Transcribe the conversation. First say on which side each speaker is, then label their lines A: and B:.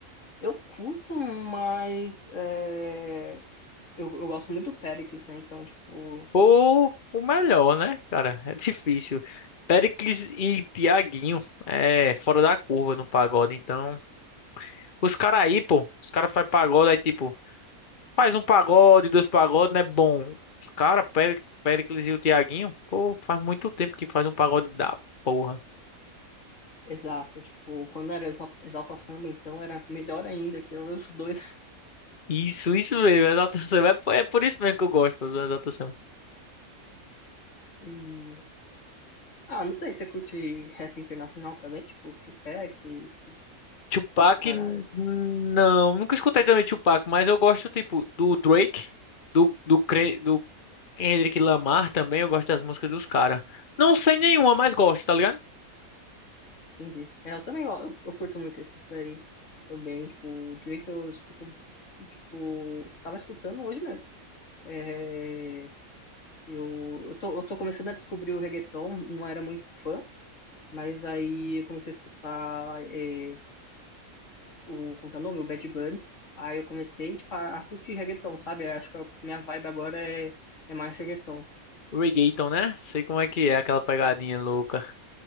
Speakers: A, on the left; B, on the left.
A: eu curto, mas é, eu, eu gosto muito do Pericles, né? Então, tipo,
B: Pô, o melhor, né, cara? É difícil. Péricles e Tiaguinho é fora da curva no pagode. Então, os caras aí, pô, os caras fazem pagode aí, tipo. Faz um pagode, dois pagodes, né? Bom, os cara, Péri- Péricles e o Thiaguinho, pô, faz muito tempo que faz um pagode da porra.
A: exato, tipo, quando era Exa- Exalta Samba, então era melhor ainda, que eram os dois.
B: Isso, isso mesmo, é Exalta Samba. É, por é por isso mesmo que eu gosto do Exalta Samba.
A: E, ah, não sei, você curte rap internacional também, tipo, Tupac e,
B: Tupac,
A: e cara.
B: n- não, nunca escutei também Tupac, mas eu gosto, tipo, do Drake, do, do, Cre- do Kendrick Lamar também, eu gosto das músicas dos caras. Não sei nenhuma, mas gosto, tá ligado?
A: Entendi. É, eu também, ó, eu, eu curto muito esses daí também, tipo, o Drake eu escuto, tipo, tava escutando hoje mesmo. É, eu, eu tô, eu tô começando a descobrir o reggaeton, não era muito fã, mas aí eu comecei a escutar, é, o, como que é o nome? O Bad Bunny. Aí eu comecei, tipo, a, a curtir reggaeton, sabe? Eu acho que a minha vibe agora é, é mais reggaeton.
B: Reggaeton, né? Sei como é que é aquela pegadinha louca.